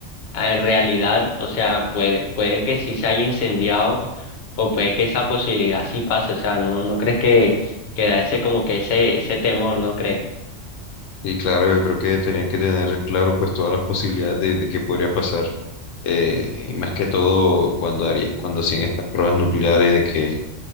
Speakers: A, on the left; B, on the left.
A: eh, realidad, o sea, puede, puede que sí se haya incendiado o puede que esa posibilidad sí pase, o sea, ¿no, no crees que, que da ese como que ese, ese temor, no crees?
B: Y claro, yo creo que tenían que tener claro pues todas las posibilidades de, de que podría pasar. Eh, y más que todo cuando haría, cuando hacían estas pruebas nucleares de que